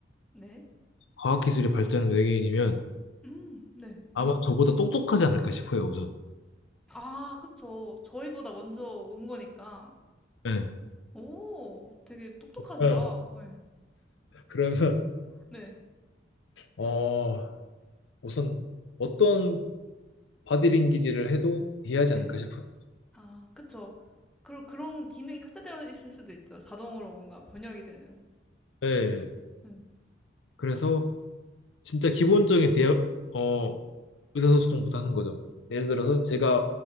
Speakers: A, in the centre; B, on the left.
A: 네.
B: 과학기술이 발달한 외계인이면
A: 음, 네.
B: 아마 저보다 똑똑하지 않을까 싶어요, 우선.
A: 아, 그쵸. 저희보다 먼저 온 거니까.
B: 네.
A: 오, 되게 똑똑하시다.
B: 어,
A: 네.
B: 그러면,
A: 네.
B: 어, 우선 어떤 바디링귀지를 해도 이해하지
A: 네.
B: 않을까 싶어요.
A: 아, 그쵸. 그, 그런 기능이 탑재되어 있을 수도 있죠. 자동으로 뭔가 번역이 되는.
B: 네.
A: 음.
B: 그래서 진짜 기본적인 대, 어, 의사소통부터 하는 거죠. 예를 들어서 제가